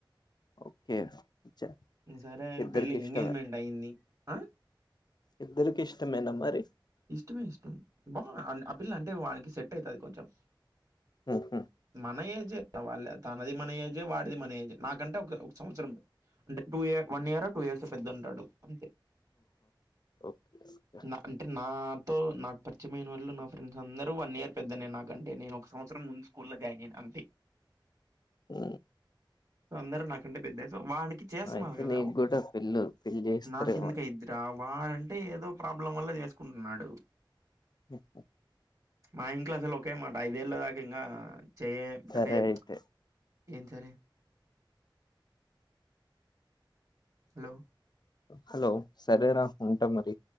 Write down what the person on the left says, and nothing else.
ఒకే చా
ఇద్దరికీ
ఇష్
ఇద్దరికి ఇష్టమేనా మరి
ఓకే
ఓకే
ఓ
అయితే
నీకు కూడా పెళ్ళు పెళ్ళి చేస్తారేమో
మ్మ్ హ్
సరే
అయితే
హలో సరేరా ఉంటా మరి